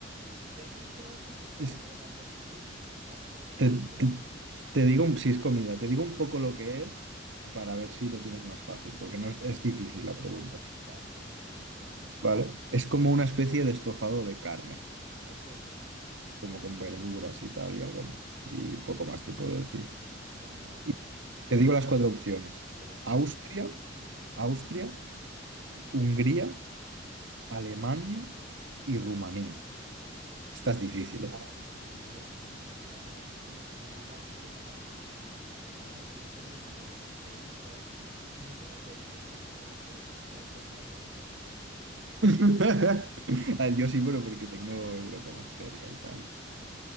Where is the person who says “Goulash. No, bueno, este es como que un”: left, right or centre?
Right